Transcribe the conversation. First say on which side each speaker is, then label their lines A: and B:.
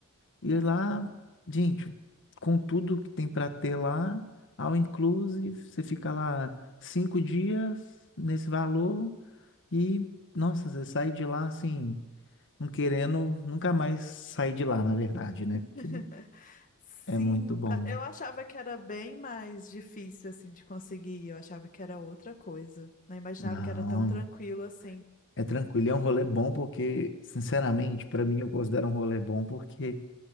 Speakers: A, on the left; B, on the left.
A: E lá, gente, com tudo que tem para ter lá, ao inclusive, você fica lá cinco dias nesse valor e, nossa, você sai de lá assim. não querendo nunca mais sair de lá, na verdade, né?
B: <laughs>
A: Porque
B: Sim,
A: é muito
B: pa-
A: bom.
B: eu achava que era bem mais difícil, assim, de conseguir. Eu achava que era outra coisa. Não imaginava
A: Não,
B: que era tão tranquilo assim.
A: é tranquilo. E É um rolê bom porque, sinceramente, pra mim eu considero um rolê bom porque